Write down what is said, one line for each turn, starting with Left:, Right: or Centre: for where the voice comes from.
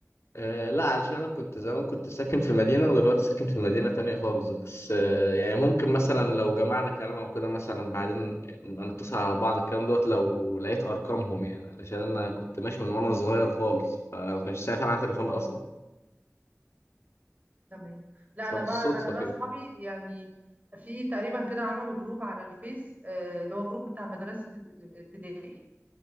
Left: آه لا علشان انا كنت زمان كنت ساكن في مدينة ودلوقتي ساكن في مدينة تانية خالص بس آه يعني ممكن مثلا
Right: اه
Left: لو جمعنا كلام او كده مثلا بعدين نبقى نتصل على بعض الكلام دوت لو لقيت ارقامهم يعني علشان انا كنت ماشي من وانا صغير خالص فما كانش ساعتها معايا تليفون
Right: اه
Left: اصلا
Right: تمام لا
Left: فبالصدفة
Right: انا بقى انا بقى
Left: كده
Right: اصحابي يعني في تقريبا كده عملوا جروب على الفيس آه، اللي هو جروب بتاع مدرسة ال- الابتدائي